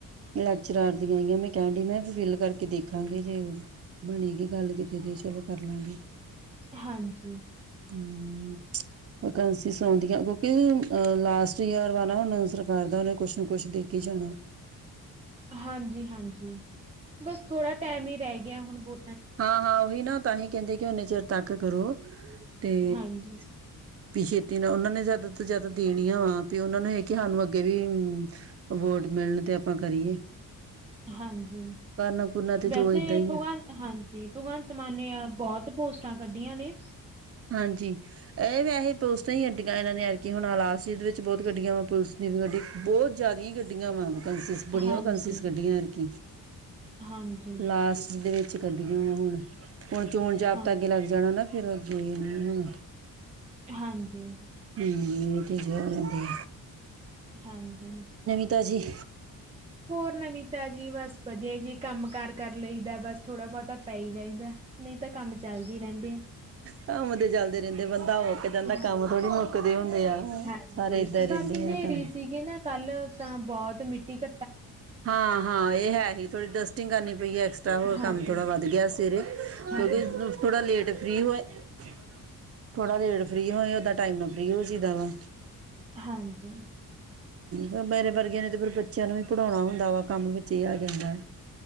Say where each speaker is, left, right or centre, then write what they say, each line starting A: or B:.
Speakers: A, on the right (about 40°); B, on the right (about 15°).
A: ਲੈਕਚਰਾਰ ਦੀਆਂ ਆਈਆਂ ਮੈਂ ਕਹਿਣ ਦਈ ਮੈਂ ਫਿਲ ਕਰਕੇ ਦੇਖ। ਦੇਖਾਂਗੇ ਜੇ ਬਣੇਗੀ ਗੱਲ ਕਿਤੇ ਤੇ ਚਲੋ ਕਰ ਲਾਂਗੇ।
B: ਹਾਂਜੀ,
A: ਹੂੰ, ਵਕੈਂਨਸੀਸ ਆਦੀਆਂ ਕਿਉਂਕਿ ਅ ਲਾਸਟ ਈਅਰ ਵਾ ਨਾ ਹੁਣ ਸਰਕਾਰ ਦਾ ਉਹਨੇ ਕੁਛ ਨਾ ਕੁਛ ਦੇ ਕੇ ਜਾਣਾ।
B: ਹਾਂਜੀ-ਹਾਂਜੀ, ਬਸ ਥੋੜਾ ਟਾਈਮ ਹੀ ਰਹਿ ਗਿਆ। ਗਿਆ ਹੁਣਹੁ
A: ਹਾਂ -ਹਾਂ ਉਹੀ ਨਾ ਤਾਂਹੀ ਕਹਿੰਦੇ ਕਿ ਨੇ ਚਿਰ ਤੱਕ ਕਰੋ ਤੇ
B: ਹਾਂਜੀ,
A: ਛੇਤੀ ਨਾਲ ਉਹਨਾਂ ਨੇ ਜਿਆਦਾ ਤੋਂ ਜਿਆਦਾ ਦੇਣੀਆਂ ਵਾ ਵੀ ਉਹਨਾਂ ਨੂੰ ਇਹ ਕਿ ਸਾਨੂੰ ਅੱਗੇ ਵੀ ਵੋਟ ਮਿਲਣ ਤੇ ਆਪਾਂ ਕਰੀਏ
B: ਹਾਂਜੀ
A: ਕਰਨਾ ਕੁਰਨਾ ਤੇ
B: ਵੈਸੇ
A: ਜੋ ਏਦਾਂ ਹੀ
B: ਭਗਵਾਨ
A: ਆ
B: ਹਾਂਜੀ ਜ ਭਗਵੰਤ ਮਾਨ ਨੇ ਬਹੁਤ ਪੋਸਟਾਂ ਕੱਢੀਆਂ ਨੇ
A: ਹਾਂਜੀ ਇਹ ਵੈਸੇ ਪੁਸਤਾਂ ਹੀ ਘਡੀਆਂ ਇਹਨਾਂ ਨੇ ਐਕ ਹੁਣ ਹਾਲਾਸਟ ਜ ਦੇ ਵਿੱਚ ਬਹੁਤ ਘਡੀਆਂ ਵਾ ਪੁਲਿਸ ਦੀ ਵੀ ਗੱਡੀ ਬਹੁਤ ਜ਼ਿਆਦੀ ਹੀ ਘਡੀਆਂ ਵਾ ਬੜੀਆਂ
B: ਹਾਂਜੀ
A: ਉਹ ਕਸਿਸ ਕੱਢੀਆਂ ਹਰਕ
B: ਹਾਂਜੀ
A: ਲਾਸਟ ਦੇ ਵਿੱਚ ਕੱਢੀਆਂ ਵ ਹੁਣ ਹੁਣ ਚੋਣ ਜਾਪ
B: ਹਾਂ
A: ਤਾਂ ਅੱਗੇ ਲੱਗ ਜਾਣਾ ਨਾ <inaudible> ਤੇ ਨਹੀਂ ਹਮ
B: ਹਾਂਜੀ
A: ਇਹ ਤੇੀਕਦੀ
B: ਹਾਂਜੀ
A: ਤਾਜ਼ੀ
B: ਹੋਰ ਨਵੀਂ ਤਾਂ ਜੀ ਬਸ ਵਧੀਆ ਜੀ ਕੰਮ ਕਾਰ ਕਰ ਲਈਦਾ ਬਸ ਥੋੜਾ ਬਹੁਤਾ ਪੈ ਹੀ ਜਾਈਦਾ ਨਹੀਂ ਤਾਂ ਕੰਮ ਚੱਲਦੇ ਰਹਿੰਦੇ
A: ਕੰਮਦੇ ਚਲਦੇ ਰਹਿੰਦੇ ਬੰਦੇ ਦਾ ਉਹ ਕਿਦਾਂ ਦਾ
B: ਹਾਂਜੀ
A: ਕੰਮ ਥੋੜੀ ਮੁੱਕਦੇ ਹੁੰਦੇ ਆ
B: ਹਾਂਜੀ
A: ਸਾਰੇ ਏਦਾਂ ਰਹਿੰਦੇ
B: ਬਾਕੀ ਹਨੇਰੀ
A: ਆ ਕੰਮ
B: ਸੀਗੀ ਨਾ ਕੱਲ ਤਾਂ ਬਹੁਤ ਮਿੱਟੀ ਕ
A: ਹਾਂ-ਹਾਂ ਇਹ ਹੈ ਹੀ ਥੋੜ੍ਹੀ ਡਸਟਿੰਗ ਕਰਨੀ ਪਈ ਹੈ ਐਕਸਟਰਾ ਹੋਰ
B: ਹਾਂਜੀ
A: ਕੰਮ ਥੋੜ੍ਹਾ ਵੱਧ ਗਿਆ ਸਵੇਰੇ
B: ਹਾਂਜੀ
A: ਕਿਉਂਕਿ ਥੋੜ੍ਹਾ ਲੇਟ ਫਰੀ ਹੋਏ <inaudible> ਥੋੜਾ ਰੇਟ ਫਰੀ ਹੋਏ ਓਦਾਂ ਟਾਈਮ ਰੋ ਸੀ ਦਾ ਵਾ
B: ਹਾਂਜੀ
A: ਹਮ ਮੇਰੇ ਵਰਗਿਆਂ ਨੇ ਤੇ ਫੇਿਰ ਬੱਚਿਆਂ ਨੂੰ ਵੀ ਪੜ੍ਹਾਉਣਾ ਹੁੰਦਾ ਵਾ ਕੰਮ ਵਿੱਚ ਹੀ ਆ ਜਾਂਦਾ